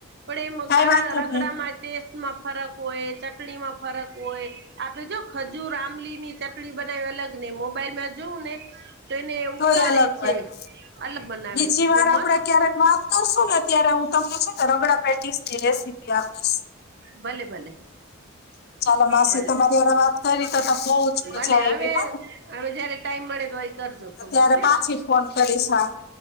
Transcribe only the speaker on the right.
પણ એ
ઘણા
રગડામાં
ટેસ્ટમાં ફરક હોય ચટણી માં ફરક હોય આપે જો ખજૂર આમલી ની <unintelligible> <unintelligible> બનાવી અલગ ને મોબાઈલમાં જોવું ને તો એને
ઉકારે
છે
અલગ બનાવે
છે
મસ્ત
ભલે ભલે.
ભલે
ભલે
હવે
હવે જયારે ટાઈમ મળે તો એ કરજો ફોન
ઓકે